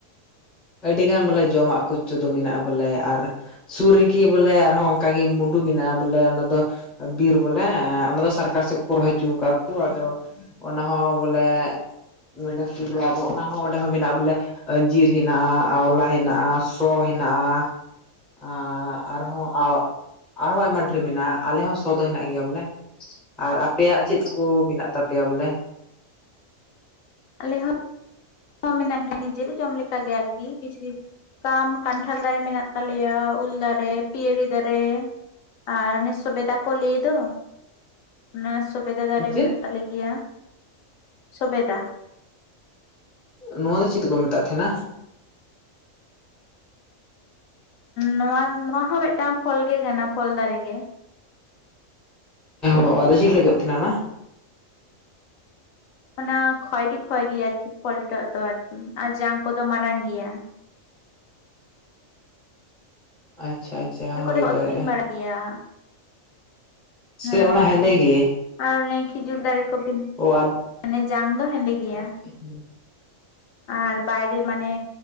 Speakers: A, in the centre; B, on the left (about 80°).
A: ᱟᱹᱰᱤᱜᱟᱱ ᱵᱚᱞᱮ ᱡᱚᱢᱟᱜ ᱠᱚᱪᱩ ᱫᱚ ᱢᱤᱱᱟᱜᱼᱟ ᱵᱚᱞᱮ ᱟᱨ ᱥᱩᱨ ᱨᱤᱜᱤ ᱵᱚᱞᱮ ᱟᱨᱦᱚᱸ ᱚᱝᱠᱟᱜᱤ ᱢᱩᱸᱰᱩ ᱢᱤᱱᱟᱜᱼᱟ ᱵᱚᱞᱮ ᱚᱱᱟ ᱫᱚ ᱵᱤᱨ ᱵᱚᱞᱮ ᱚᱱᱟ ᱫᱚ ᱥᱟᱨᱠᱟᱨ ᱥᱮᱜ ᱠᱚ ᱨᱚᱦᱚᱭ ᱦᱚᱪᱩ ᱠᱟᱜ ᱠᱩ ᱟᱫᱚ ᱚᱱᱟ ᱦᱚᱸ ᱵᱚᱞᱮ ᱱᱚᱸᱰᱮ ᱥᱩᱨ ᱨᱮ ᱟᱫᱚ ᱚᱱᱟ ᱦᱚᱸ ᱚᱸᱰᱮ ᱦᱚᱸ ᱢᱮᱱᱟᱜᱼᱟ ᱵᱚᱞᱮ ᱟᱹᱡᱤᱨ ᱫᱷᱤᱱᱟᱜᱼᱟ, ᱟᱣᱞᱟ ᱦᱤᱱᱟᱜᱼᱟ, ᱥᱚ ᱦᱤᱱᱟᱜᱼᱟ ᱟᱸ ᱟᱨᱦᱚᱸ ᱟᱨᱦᱚᱸ ᱟᱭᱢᱟ ᱰᱷᱮᱨ ᱢᱤᱱᱟᱜᱼᱟ ᱟᱞᱮ ᱦᱚᱸ ᱥᱚ ᱫᱚ ᱦᱤᱱᱟᱜ ᱜᱤᱭᱟ ᱵᱚᱞᱮ ᱟᱨ ᱟᱯᱮᱭᱟᱜ ᱪᱮᱫ ᱠᱩ ᱢᱤᱱᱟᱜ ᱛᱟᱯᱮᱭᱟ ᱵᱚᱞᱮ?
B: ᱟᱞᱮ ᱦᱚᱸ ᱢᱳᱱᱟᱜ ᱜᱤᱭᱟ ᱱᱤᱡᱮᱨᱮ ᱡᱚᱢ ᱞᱮᱠᱟ ᱜᱮ ᱟᱨᱠᱤ ᱵᱤᱥᱤ ᱠᱟᱢ ᱠᱟᱱᱴᱷᱟᱲ ᱫᱟᱨᱮ ᱢᱮᱱᱟᱜ ᱛᱟᱞᱮᱭᱟ ᱩᱞ ᱫᱟᱨᱮ ᱯᱤᱭᱟᱹᱲᱤ ᱫᱟᱨᱮ ᱟᱨ ᱚᱱᱮ ᱥᱩᱵᱮᱫᱟ ᱠᱚ ᱞᱟᱹᱭ ᱫᱚ ᱚᱱᱟ ᱥᱚᱵᱮᱫᱟ ᱫᱟᱨᱮ
A: ᱪᱮᱫ
B: ᱢᱮᱱᱟᱜ ᱛᱟᱞᱮ ᱜᱮᱭᱟ ᱥᱚᱵᱮᱫᱟ᱾
A: ᱱᱚᱣᱟ ᱫᱚ ᱪᱤᱫ ᱫᱚᱠᱚ ᱢᱮᱛᱟᱜ ᱛᱟᱦᱮᱱᱟ?
B: ᱱᱚᱣᱟ ᱱᱚᱣᱟ ᱦᱚᱸ ᱢᱮᱫᱴᱟᱝ ᱯᱷᱚᱞ ᱜᱮ ᱠᱟᱱᱟ ᱯᱷᱚᱞ ᱫᱟᱨᱮᱜᱮ᱾
A: ᱚ ᱟᱨ ᱨᱤᱡᱤᱞ ᱜᱤ ᱡᱚᱜ ᱛᱟᱦᱮᱱᱟ ᱚᱱᱟ
B: ᱚᱱᱟ ᱠᱷᱚᱭᱨᱤ ᱠᱷᱚᱭᱨᱤ ᱟᱨᱠᱤ ᱯᱚᱞᱴᱟᱜ ᱫᱚ ᱟᱨᱠᱤ ᱟᱨ ᱡᱟᱝ ᱠᱚᱫᱚ ᱢᱟᱨᱟᱝ ᱜᱤᱭᱟ᱾
A: ᱟᱪᱪᱷᱟ ᱟᱪᱪᱷᱟ ᱦᱩᱭ
B: ᱠᱚᱨᱮ ᱠᱚ
A: ᱫᱟᱲᱮᱭᱟᱜᱼᱟ
B: ᱟᱹᱠᱷᱨᱤᱧ ᱵᱟᱲᱟᱭ ᱜᱮᱭᱟ
A: ᱥᱮ
B: ᱦᱮᱸ
A: ᱚᱱᱟ
B: ᱦᱮᱸ
A: ᱦᱮᱸᱫᱮ ᱜᱮ
B: ᱟᱨ ᱚᱱᱮ ᱠᱷᱤᱡᱩᱨ ᱫᱟᱨᱮ ᱠᱚᱵᱤᱱ
A: ᱳ ᱟᱫ
B: ᱢᱟᱱᱮ ᱡᱟᱝ ᱫᱚ ᱦᱮᱸᱫᱮ ᱜᱮᱭᱟ᱾
A: <unintelligible>
B: ᱟᱨ ᱵᱟᱭᱨᱮ ᱢᱟᱱᱮ